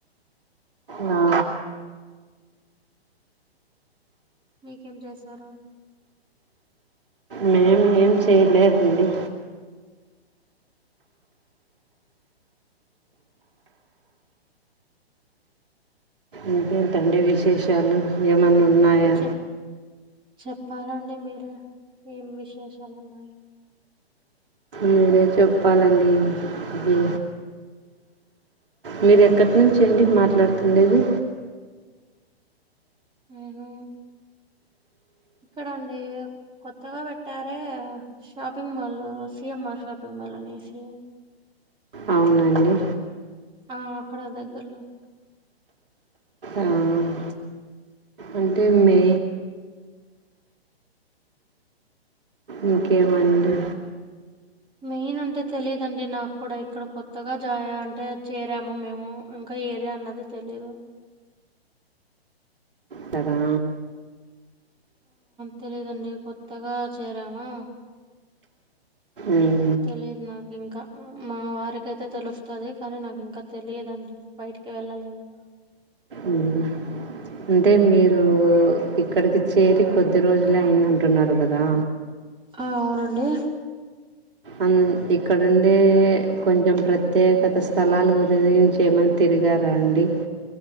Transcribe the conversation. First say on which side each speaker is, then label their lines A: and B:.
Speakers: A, on the right; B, on the right.
A: ఆ
B: మీకేం జేశారు
A: మే ఏం చేయలేదండి ఇంకేంటండి విశేషాలు ఏమన్నా ఉన్నాయా
B: చెప్ చెప్పాలండి మీరే ఏం విశేషాలు ఉన్నాయి
A: మీరే చెప్పాలండి గీ మీరు ఎక్కట్నుంచి అండి మాట్లాడుతుండేది
B: నేను ఇక్కడండి కొత్తగా పెట్టారే shopping mall CMR shopping mall అనేసి
A: అవునండి
B: ఆ అక్కడ దగ్గర్లో
A: ఆహ్ అంటే మే ఇంకేమండి
B: మెయిన్ అంటే తెలిదండి నాక్కూడా ఇక్కడ కొత్తగా జాయ అంటే చేరాము మేము ఇంకా ఏరియా అన్నది తెలీదు
A: టరా
B: తెలిదండి కొత్తగా చేరామా
A: ఉమ్
B: తెలిదు నాకింకా మా వారికైతే తెలుస్తాది కానీ నాకు ఇంకా తెలియదండి బయటికి వెళ్ళలేదా
A: ఉమ్మ్ అంటే మీరు ఇక్కడికి చేరి కొద్ది రోజులే అయిందంటున్నారు కదా
B: ఆ అవునండి
A: అం ఇక్కడుండే
B: అన్ని ఇక్కడుండే
A: కొంచెం ప్ర త్యేకత స్థలాల గురించి ఏమన తిరిగారా అండి